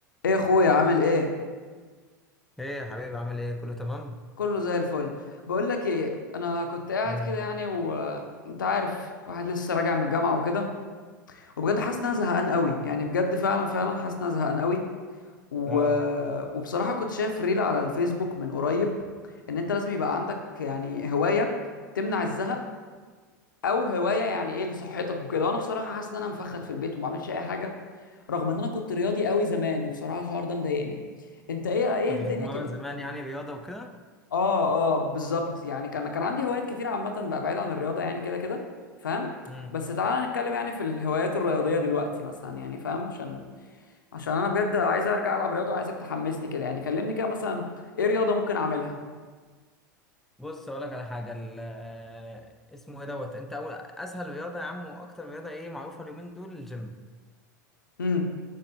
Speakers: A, on the left (about 90°); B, in the centre.
A: ايه يا اخويا عامل ايه
B: ايه يا حبيبي عامل ايه كله تمام
A: كله زي الفل بقول لك ايه انا كنت قاعد
B: ايه
A: كده يعني وانت عارف واحد لسه راجع من الجامعه وكده وبجد حاسس ان انا زهقان قوي يعني بجد فعلا فعلا حاسس ان انا زهقان قوي و...
B: اه
A: وبصراحه كنت شايف ريل على الفيسبوك من قريب ان انت لازم يبقى عندك يعني هوايه تمنع الزهق او هوايه يعني ايه لصحتك وكده وانا بصراحه حاسس ان انا مفخد في البيت وما بعملش اي حاجه رغم ان انا كنت رياضي قوي زمان وبصراحه الحوار ده مضايقني انت ايه ايه
B: كنت
A: الدنيا
B: بتتمرن
A: كده
B: زمان يعني رياضه وكده
A: اه اه بالظبط يعني كان كان عندي هوايات كتير عامة بقى بعيد عن الرياضة يعني كده كده فاهم
B: امم
A: بس تعالى نتكلم يعني في الهوايات الرياضية دلوقتي مثلا يعني فاهم عشان عشان انا بجد عايز ارجع العب رياضة عايزك تحمسني كده يعني كلمني كده مثلا ايه رياضة ممكن اعملها
B: بص اقول لك على حاجه ال- آه، اسمه ايه دوت انت اول اسهل رياضه يا عم واكتر رياضه ايه معروفه اليومين دول الجيم
A: امم